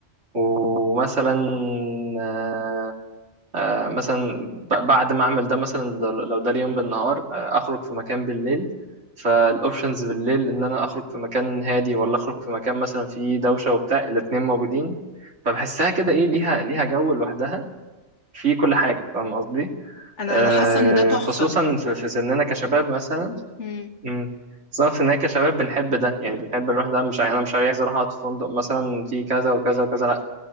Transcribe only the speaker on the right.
ومثلا آه، آه، مثلا ب- بعد ما اعمل ده مثلا ده لو ده اليوم بالنهار آه، اخرج في مكان بالليل فالاوبشنز بالليل ان انا اخرج في مكان هادي ولا اخرج في مكان مثلا فيه دوشه وبتاع الاتنين موجودين فبحسها كده ايه ليها ليها جو لوحدها في كل حاجه فاهم قصدي
آه،
خصوصا في في سننا كشباب مثلا
امم بالظبط ان هي كشباب بنحب ده يعني بنحب نروح ده مش عاي- انا مش عايز اروح اقعد في فندق مثلا في كذا وكذا وكذا لا